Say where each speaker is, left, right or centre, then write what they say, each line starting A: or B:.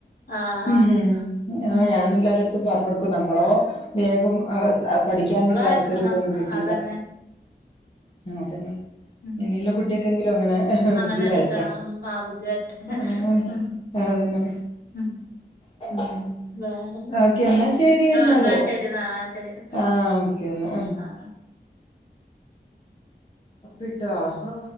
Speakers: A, on the left (about 60°); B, on the left (about 30°).
A: ആഹ് ആഹ്
B: മ്ഹും ആ
A: ഉം
B: ഞാന് എല്ലരെട്ത്തും ത്തു പറഞ് കൊട്ക്കും ന്നമ്മളോ വേഗം ഏ പഠിക്കാനുള്ള
A: അവള
B: അവസ രൊഇതൊന്നും
A: ആഹ്
B: കിട്ടീല
A: അതന്നെ
B: ആതെന്നെ
A: ഉം
B: ഇനിയിള്ള കുട്ടിയക്കെങ്കിലും അങ്ങനെ
A: അങ്ങനെ
B: ബുദ്ധിവെരട്ടെ
A: കിട്ടണം ആ ബുദ്ധി വരട്ടെ
B: ആഹ്
A: ഉം
B: അതെന്നെ
A: ഉം
B: ആഹ്
A: വേറെന്താ
B: ഓക്കെ ഇന്നാ ശെരിഎന്നാല്.
A: ആഹ് എന്നാ ശരി എന്നാ ശരി ഉം
B: ആഹ് ഓക്കെന്നാ.
A: ഉം ആഹ് ആഹ്
B: ഉപ്പിട്ടോ ഹോ